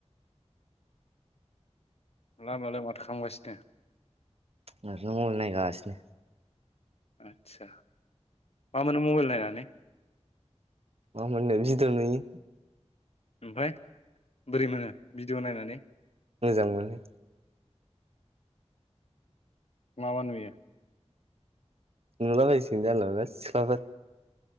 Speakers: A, on the left; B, on the right.
A: लामायावलाय माथो खालामगासिनो
B: हारसिं मबायल नायगासिनो
A: आदसा मा मोनो मबाइल नायनानै
B: मा मोननो भिडिअ ' नुयो
A: ओमफ्राय बोरै मोनो भिडिअ' नायनानै
B: मोजां मोनो
A: मा मा नुयो
B: नुलाबायसिगोन जानला मोनला सिख्लाफोर